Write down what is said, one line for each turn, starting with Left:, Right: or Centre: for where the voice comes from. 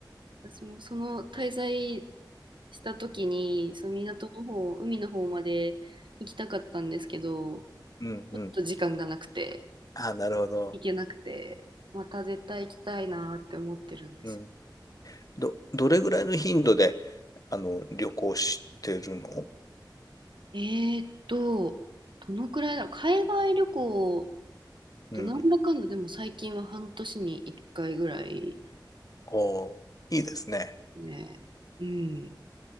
Right: 私もその滞在した時に、その港の方、海の方まで行きたかったんですけど、
Left: うん、
Right: ちょっと時間がなくて、
Left: うん。あ、なるほど。
Right: 行けなくて、また絶対行きたいなって思ってるんですよ。
Left: うん。ど、どれぐらいの頻度で、あの、旅行してるの
Right: えーっと、どのくらいだろう。海外旅行、
Left: うん。
Right: となんだかんだでも最近は半年に1回ぐらい。
Left: おー、いいですね。
Right: ね。うん。